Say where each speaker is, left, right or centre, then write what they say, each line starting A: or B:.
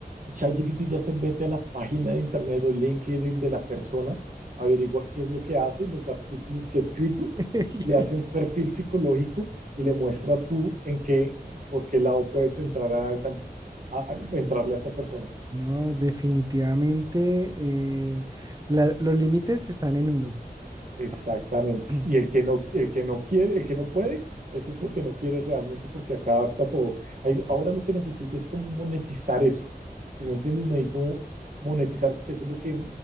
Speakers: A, on the right; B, on the right.
A: ChatGPT ya se mete a la página de internet o LinkedIn de la persona, averigua qué es lo que hace, los artículos que ha escrito,
B: <laughs>
A: le hace un perfil psicológico y le muestra tú en qué, por qué lado puedes entrar a esa, a- a- entrarle a esa persona.
B: No, definitivamente eh, la- los límites están en uno.
A: Exactamente.
B: Ah, <clears throat>
A: Y el que no, el que no quiere, el que no puede, ese es porque no quiere realmente, porque acá está todo. Ahí-
B: Sí.
A: ahora lo que necesito es como monetizar eso. Si me entiendes, necesito monetizar porque eso es lo que